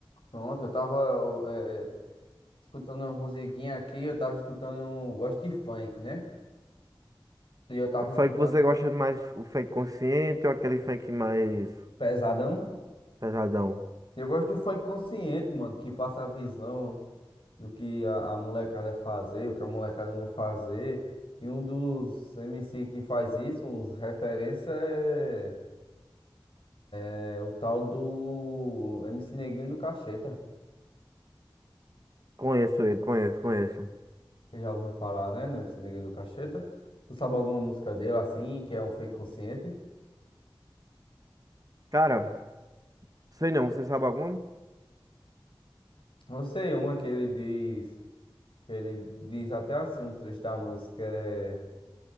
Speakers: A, on the left (about 75°); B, on the right (about 40°).
A: Pronto, eu tava eh, escutando uma musiquinha aqui. Eu tava escutando, um- gosto de funk, né? E eu tava
B: O funk
A: escutando
B: você gosta mais, o funk consciente ou aquele funk mais
A: pesadão.
B: pesadão?
A: E Eu gosto do funk consciente, mano, que passa a visão do que a, a molecada fazer, o que a molecada não fazer. E um dos MC que faz isso, uns referência é É o tal do MC Neguinho do Cacheta.
B: Conheço ele, conheço, conheço.
A: Você Já ouviu falar, né? No MC Neguinho do Cacheta. Tu sabe alguma música dele assim, que é um fake consciente?
B: Cara, sei não, você sabe algum?
A: Eu sei uma que ele diz. Que ele diz até assim, um trecho da música é.